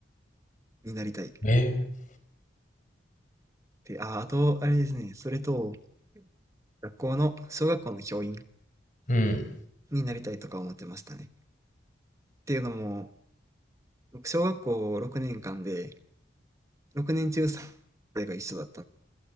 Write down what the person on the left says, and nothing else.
えー
うん、